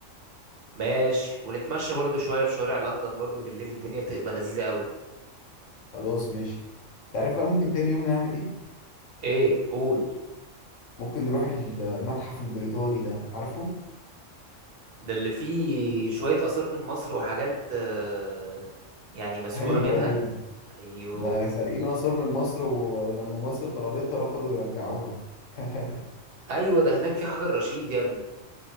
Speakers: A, on the right; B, on the left.
A: ماشي ونتمشى برضه شوية في شوارع لندن برضه بالليل الدنيا بتبقى لذيذة قوي
B: خلاص ماشي تعرف بقى ممكن تاني يوم نعمل ايه
A: ايه قول
B: ممكن نروح المتحف البريطاني ده عارفه
A: ده اللي فيه شوية آثار من مصر وحاجات آه، يعني مسروقة
B: <laughs> ايوه
A: منها
B: ايوه
A: ايوه
B: ده سارقين آثار من مصر و- ولما مصر طلبتها رفضوا يرجعوها <laughs>
A: ايوه ده هناك في حجر رشيد يا ابني